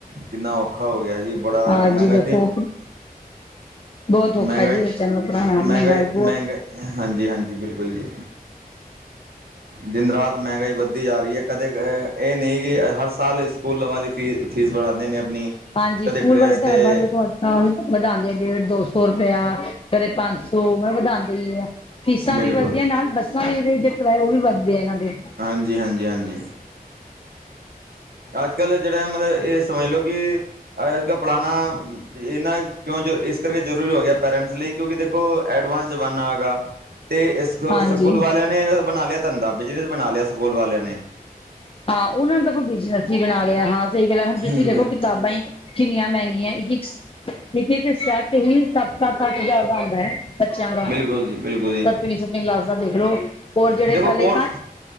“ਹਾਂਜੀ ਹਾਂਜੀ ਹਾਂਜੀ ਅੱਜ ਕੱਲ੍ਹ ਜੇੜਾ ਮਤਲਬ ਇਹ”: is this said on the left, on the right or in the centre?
Right